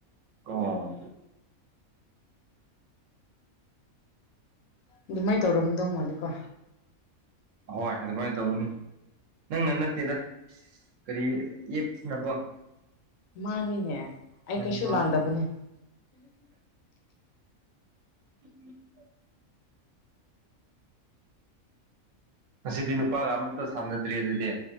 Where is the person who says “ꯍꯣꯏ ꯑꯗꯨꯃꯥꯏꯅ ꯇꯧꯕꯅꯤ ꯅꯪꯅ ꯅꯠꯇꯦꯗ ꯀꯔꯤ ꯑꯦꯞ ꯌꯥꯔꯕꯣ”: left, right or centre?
Right